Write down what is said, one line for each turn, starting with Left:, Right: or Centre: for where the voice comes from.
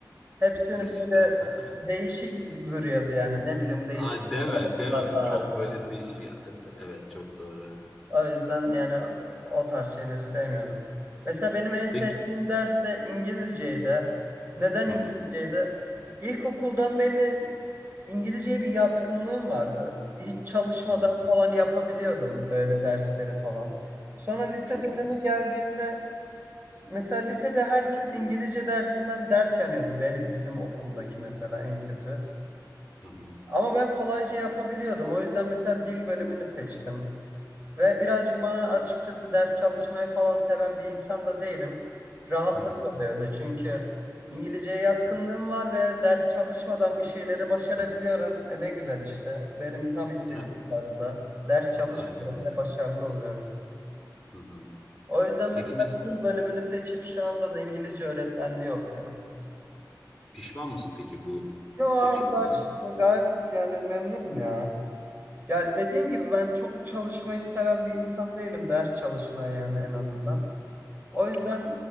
Right: Hepsinin
Centre: müzikler.
Right: böyle
Centre: <laughs>
Right: değişik duruyordu yani ne bileyim değişik
Centre: Aa, deme deme.
Right: tarzları
Centre: Çok böyle
Right: vardı.
Centre: değişik. Evet çok doğru.
Right: O yüzden yani o tarz şeyleri sevmiyordum. Mesela benim en sevdiğim
Centre: Peki.
Right: ders de İngilizceydi. Neden
Centre: Hı
Right: İngilizceydi?
Centre: hı.
Right: İlkokuldan belli İngilizceye bir yatkınlığım vardı. Hiç çalışmadan
Centre: Aha,
Right: falan yapabiliyordum böyle dersleri falan. Sonra lise
Centre: çok
Right: dönemi
Centre: iyi.
Right: geldiğinde mesela lisede herkes İngilizce dersinden dert yanıyordu. Benim bizim okuldaki mesela en kötü.
Centre: Hı hı.
Right: Ama ben kolayca yapabiliyordum. O yüzden mesela dil bölümünü seçtim. Ve birazcık bana açıkçası ders çalışmayı falan seven bir insan da değilim. Rahatlık
Centre: Hı hı.
Right: oluyordu çünkü İngilizceye yatkınlığım var ve ders çalışmadan bir şeyleri başarabiliyorum. E ne güzel işte. Benim tam istediğim
Centre: Ha,
Right: tarzda. Ders çalışmadan
Centre: aynen öyle.
Right: ve başarılı oluyorum.
Centre: Hı hı.
Right: O yüzden mesela
Centre: Peki mes
Right: dil bölümünü seçip şu anda da İngilizce öğretmenliği okuyorum.
Centre: pişman mısın peki bu
Right: Yo
Centre: seçiminden?
Right: gerçekten gayet yani memnunum ya. Ya dediğim gibi ben çok çalışmayı seven bir insan değilim. Ders çalışmaya yani en azından. O yüzden